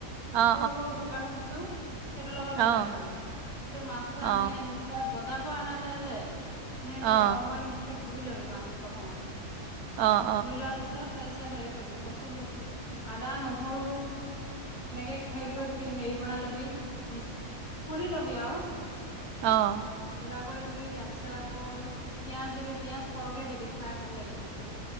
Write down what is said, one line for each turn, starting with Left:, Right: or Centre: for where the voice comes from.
Right: অ' অ'
Left: সৰু সৰু শুকান মাছটো সেইটোৰ লগত
Right: অ'
Left: বনাই
Right: অ'
Left: খাবি। সেইটো মাছটো আনি,
Right: অ'
Left: আনি পেলাই বজাৰৰ পৰা আনা যায় যে, ধুনীয়াকে
Right: অ' অ'
Left: গৰম পানী দি ধুই লবি মাছটো প্ৰথমে। ধুইত
Right: অ' অ'
Left: লোৱাৰ পাছত তাৰপিছত হেৰি কৰিবি কচু আদা, নহৰু এনেকে হেৰি কৰি হেৰি বনাই লবি মিছ, খুন্দি লবি আৰু।
Right: অ'।
Left: গুৰা কৰি লবি তাৰপিছত আকৌ পিয়াজ দিবি পিযাজ সৰহকে দিবি খাই ভাল লাগে তেতিয়া।